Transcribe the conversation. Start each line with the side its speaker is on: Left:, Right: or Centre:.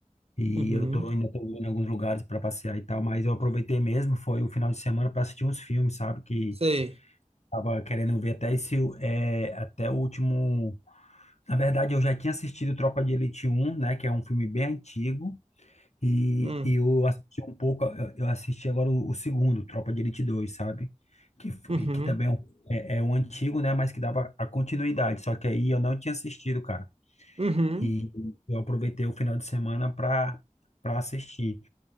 Left: e
Right: Uhum,
Left: eu tô ainda tô indo em alguns lugares para passear e tal, mas eu aproveitei mesmo, foi o final de semana para assistir uns filmes, sabe? Que
Right: sei.
Left: tava querendo ver até esse, é, até o último. Na verdade, eu já tinha assistido Tropa de Elite um, né, que é um filme bem antigo. E
Right: Hum,
Left: e eu assisti um pouco, eu eu assisti agora o, o segundo, Tropa de Elite dois sabe? Que, f-
Right: uhum,
Left: que também é um, é- é um antigo, né? Mas que dava a continuidade. Só que aí eu não tinha assistido, cara.
Right: uhum,
Left: E eu aproveitei o final de semana pra, pra assistir.